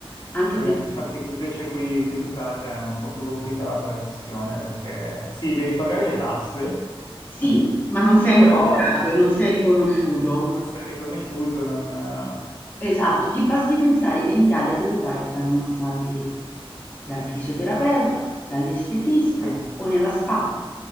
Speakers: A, on the left; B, on the left.
A: Anche
B: Eh,
A: per...
B: infatti invece qui, qui in Italia è un po' più complicata la questione perché sì, devi pagare le tasse,
A: Sì,
B: <laughs>
A: ma non sei
B: però
A: inquadrato e non sei riconosciuto.
B: non sei riconosciuto, non... eh,
A: Esatto, ti basti pensare che in Italia dove vai a fare un massaggio tu? Dal fisioterapeuta, dall'estetista
B: Sì,
A: o nella spa?